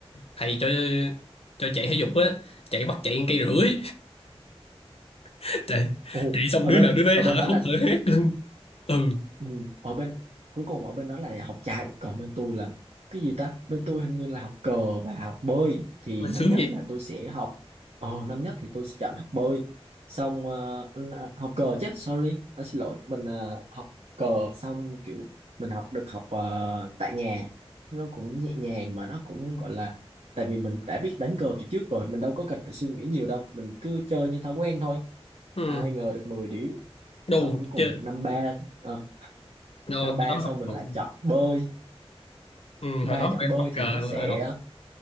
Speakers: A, on the left; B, on the right.
A: thầy cho cho chạy thể dục á chạy bắt chạy cây rưỡi <laughs> chạy
B: Ồ,
A: chạy xong
B: ở
A: đứa
B: bên
A: nào đứa đấy
B: ở
A: hở
B: bên đó
A: hốc
B: là
A: hở hét luôn ừ
B: ừ. ở bên cuối cùng ở bên đó là học chạy còn bên tôi là cái gì ta bên tôi hình như là học cờ và học bơi thì
A: Ôi,
B: năm
A: sướng
B: nhất
A: vậy
B: là tôi sẽ học ờ năm nhất thì tôi sẽ chọn học bơi xong ờ, là- học cờ chứ sorry à, xin lỗi mình ờ, học cờ xong kiểu mình học được học ờ, tại nhà nó cũng nhẹ nhàng mà nó cũng gọi là tại vì mình đã biết đánh cờ từ trước rồi mình đâu có cần phải suy nghĩ nhiều đâu mình cứ chơi như thói quen thôi
A: ừ
B: ai ngờ được mười điểm
A: đâu
B: xong cuối cùng
A: chơi
B: năm ba ờ,
A: đâu
B: năm
A: hồi
B: ba
A: đó
B: xong
A: học,
B: mình
A: học
B: lại chọn bơi
A: ừ,
B: ba
A: hồi đó
B: chọn
A: phải
B: bơi
A: học cờ
B: thì nó
A: là
B: sẽ
A: học